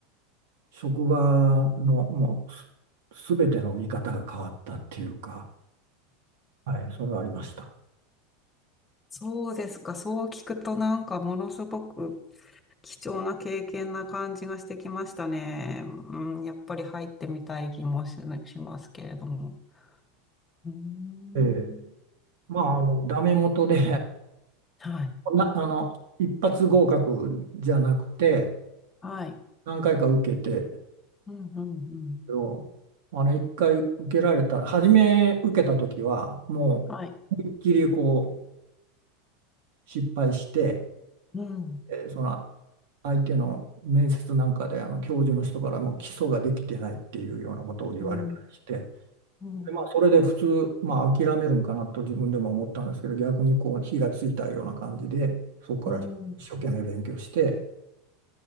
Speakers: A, on the right; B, on the left.
A: 職場のもうす全ての見方が変わったっていうか、はい、それはありました。
B: そうですか。そう聞くとなんかものすごく貴重な経験な感じがしてきましたね。うん、やっぱり入ってみたい気もし、しますけれども。うーん。
A: ええまあ、あの、ダメ元で、
B: はい。
A: な、あの、一発合格じゃなくて、
B: はい。
A: 何回か受けて、
B: うん、うん、うん。
A: けどあの、一回受けられた、初め受けた時は、もう、
B: はい。
A: 思いっきりこう、失敗して、
B: うん、
A: えーその、相手の面接なんかで、あの、教授の人からもう基礎ができてないっていうようなことを言われたりして、
B: うん、うん、
A: で、まあ、それで普通、まあ、諦めるんかなと自分でも思ったんですけど、逆にこう火がついたような感じで、そこから一生懸命勉強して、
B: うん。